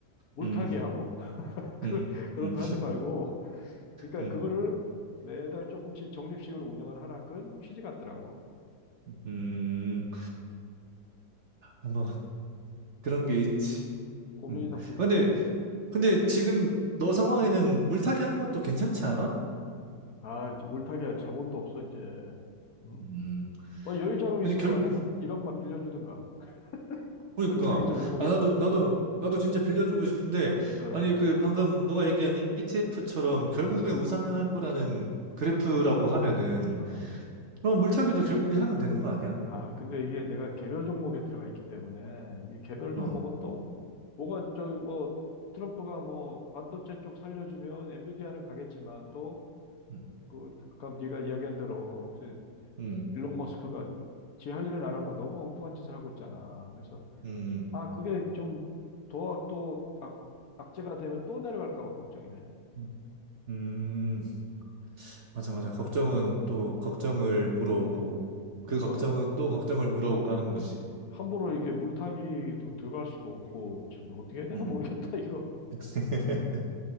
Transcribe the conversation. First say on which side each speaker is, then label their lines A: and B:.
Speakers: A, on the left; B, on the right.
A: 물타기
B: 음,
A: 하고 <laughs> 그런
B: 음,
A: 그런
B: 음,
A: 거 하지 말고. 그러니까
B: 음,
A: 그거를 매달 조금씩 적립식으로 운영을 하라 그런 취지 같더라고.
B: 음, 뭐 그런
A: 근데 진짜
B: 게 있지.
A: 고민이다
B: 음.
A: 고민이고.
B: 아, 근데, 근데 지금 너 상황에는 물타기 하는 것도 괜찮지 않아?
A: 아, 이제 물타기 할 자본도 없어, 이제. 응?
B: 음.
A: 뭐 여유 자금
B: 아니
A: 있으면
B: 결,
A: 한 1억만 빌려주든가. <laughs>
B: 그러니까
A: 물타기 좀 해보게.
B: 아 나도 나도 나도 진짜 빌려주고 싶은데
A: <laughs> 어,
B: 아니 그 방금 너가 얘기한 ETF처럼 결국에
A: 어,
B: 우상향할 거라는 그래프라고 하면은
A: 어.
B: 그럼 물타기도 결국에 하면 되는 거 아니야?
A: 아, 근데 이게 내가 개별 종목에 들어가 있기 때문에, 이게 개별
B: 어.
A: 종목은 또, 뭐가 저기 뭐, 트럼프가 뭐, 반도체 쪽 살려주면 엔비디아는 가겠지만, 또,
B: 음.
A: 그, 아까 네가 이야기한 대로, 요새
B: 음.
A: 일론 머스크가 지 할 일은 안 하고 너무 엉뚱한 짓을 하고 있잖아. 그래서,
B: 음.
A: 아, 그게 좀 더 또, 악, 악재가 되면 또 내려갈까 봐 걱정이네.
B: 음. 음. 맞아 맞아. 걱정은 또 걱정을 물어오고
A: 그러니까
B: 그 걱정은 또 걱정을 물어오고 하는 거지.
A: 함부로 이게 물타기도 들어갈 수도 없고 참 어떻게 해야 되나
B: 음.
A: 모르겠다 <laughs> 이거.
B: <laughs>